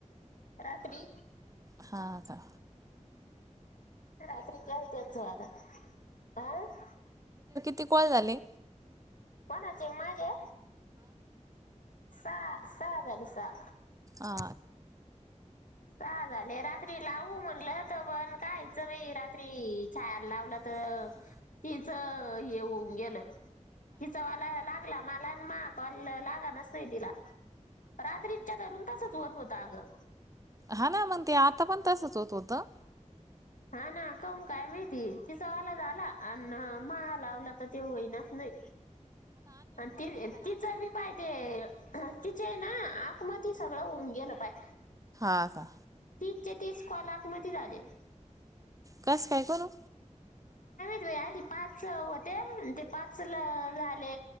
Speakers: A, on the left; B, on the right.
A: रात्री
B: हा का
A: रात्री कळतेच आार हह <unintelligible>
B: किती कॉल झाले?
A: कोणाचे माझे सहा- सहा झाले सहा
B: आ..
A: सहा झाले रात्री लावू म्हणलं तर पण कायचं <unintelligible> म रात्री छाया लावलं तर
B: ह <inaudible>
A: तिचं येऊन गेलं, तिचा वाला यायला लागला मला मा <unintelligible> लागच नाही तिला रात्रीच्या रून तसंच होतं -होतं अगं
B: हा ना मग ते, आता पण तसच होतं-होतं
A: हा ना कू काय माहिती तिचावाला झाला न्या मा लावला तर ते होईनाच नाही अ-ति -तिचं बी पाय ते तिचे ना, आक मदी ती सगळं होऊ येन पाय
B: का -का
A: तीस चे तीस कॉल आक मदी झाले
B: कसं काय करू?
A: ते आधी पाच होते ते पाच-झाले